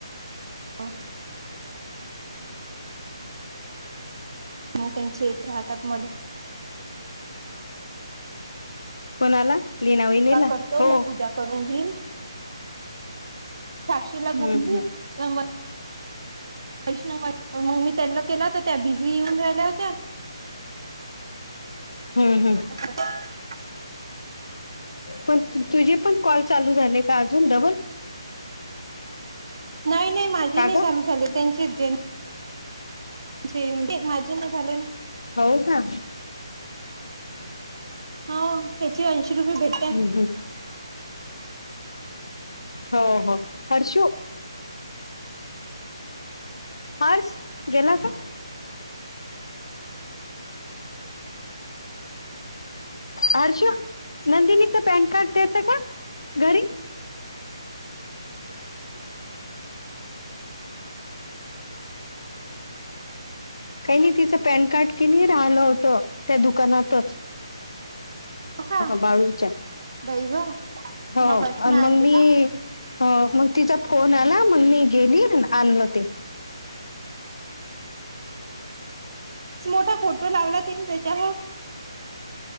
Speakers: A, on the right; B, on the left.
A: <inaudible> मग त्यांचे इेत राहतात मला.
B: कोणाला. लीना वहिनीला
A: का करतो
B: हो
A: मग पूजा करून घई. साक्षीला
B: हम्म
A: बोली
B: हम्म
A: तर पैश्ण मग मी त्याला केला होत त्या बिझी येऊन राहिल्या होत्या.
B: हम्म हम्म.
A: <inaudible>
B: पण तुझे पण कॉल चालू झाले तर अजून डबल.
A: नाही नाही माझे
B: का
A: नाही
B: ग
A: चालू झाले त्यांचे जे जी माझे नाही झाले ना.
B: हो का.
A: ह त्याची ऐंशी रुपये भेट.
B: हम् हम् हो हो. हर्षु. हर्ष गेला का. हर्ष नंदिनीचं पॅन कार्ड देतं का घरी. काही नाही तिचं पॅन कार्ड कि नाही राहिलं होतं त्या दुकानातच.
A: का
B: बाळूच्या
A: बाई ग
B: हो
A: मग हर्षण
B: आणि
A: आणली
B: मग मी.
A: का
B: अ मग तिचा फोन आला मग मी गेली आणलं ते.
A: मोठा फोटो लावला त्यांनी त्याच्यावर.